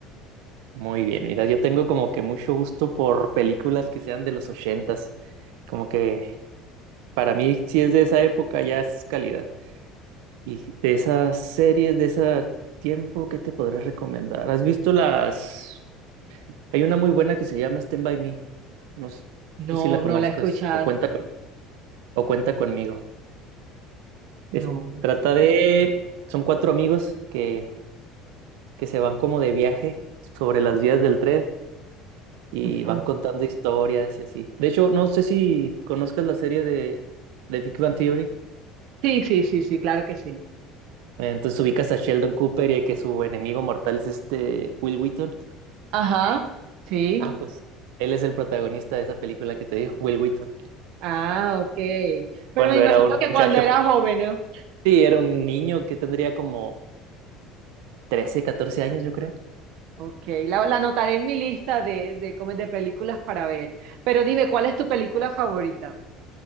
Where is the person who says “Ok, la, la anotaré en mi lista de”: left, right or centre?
Right